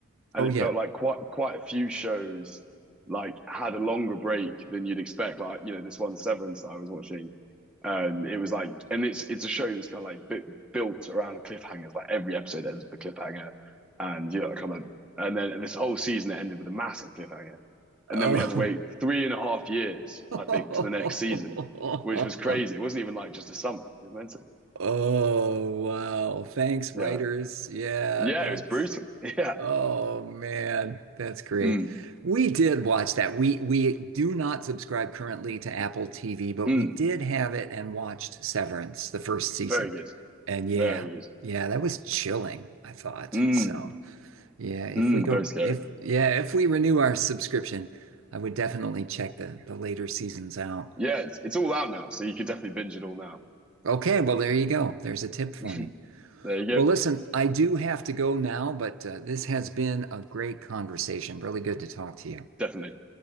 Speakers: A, in the centre; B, on the right (about 70°).
A: and
B: oh
A: it
B: yeah.
A: felt like quite quite a few shows like had a longer break than you'd expect. Like you know, this one Severance that I was watching, and it was like, and it's it's a show that's kind of like bit built around cliffhangers. Like every episode ends with a cliffhanger, and you know, kind of, and then and this whole season it ended with a massive cliffhanger And
B: Oh.
A: then we had to wait three and a half years,
B: <laughs>
A: I think, to the next season, which was crazy. It wasn't even like just a summer. It was mental.
B: Oh, wow. Thanks,
A: Yeah.
B: writers. Yeah,
A: Yeah,
B: that's.
A: it was brutal. <laughs> Yeah.
B: Oh man, that's great.
A: Mm,
B: We did watch that. We we do not subscribe currently to Apple TV, but
A: mm.
B: we did have it and watched Severance, the first season.
A: Very good.
B: And yeah,
A: Very good.
B: yeah, that was chilling, I thought.
A: Mm,
B: So, yeah, if
A: mm.
B: we go
A: Very scary.
B: if yeah, if we renew our subscription, I would definitely check the the later seasons out.
A: Yeah, it's, it's all out now. So you could definitely binge it all now.
B: Okay, well there you go. There's a tip for
A: <laughs>
B: me.
A: there you go.
B: Well, listen, I do have to go now, but uh, this has been a great conversation. Really good to talk to you.
A: Definitely.